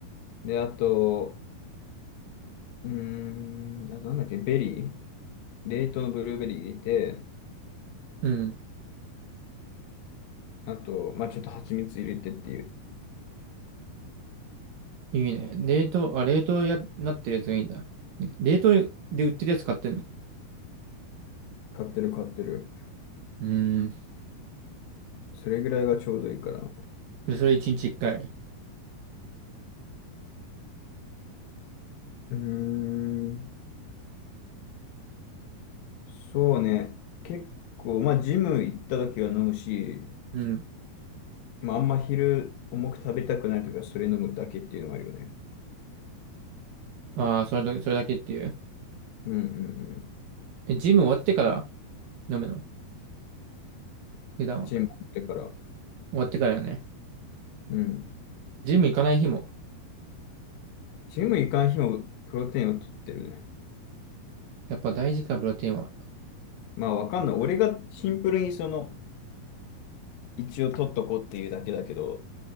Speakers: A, on the left; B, on the right.
A: で、あと、うーん、あとなんだっけ、ベリー。冷凍のブルーベリー入れて、
B: うん。
A: あと、まあちょっと蜂蜜入れてっていう。
B: いいね。冷凍、あ、冷凍や、なってるやつがいいんだ。冷凍で売ってるやつ買ってんの
A: 買ってる買ってる。
B: うん。
A: それぐらいがちょうどいいからな。
B: で、それ一日一回。
A: うーん、そうね。結構、まあジム行った時は飲むし、
B: うん。
A: まあ、あんま昼重く食べたくないときはそれ飲むだけっていうのはあるよね。
B: ああ、それだけ、それだけっていう。
A: うんうんうん。
B: え、ジム終わってから飲むの普段は。
A: ジム行ってから。
B: 終わってからよね。
A: うん。
B: ジム行かない日も。
A: ジム行かん日もプロテインを取ってるね。
B: やっぱ大事か、プロテインは。
A: まあわかんない。俺がシンプルにその、一応取っとこうっていうだけだけど、